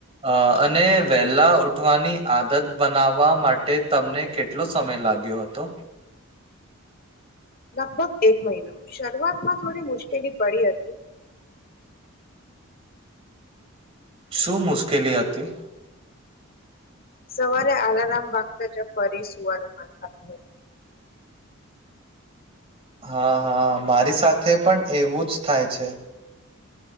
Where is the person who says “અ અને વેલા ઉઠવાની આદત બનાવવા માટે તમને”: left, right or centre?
Right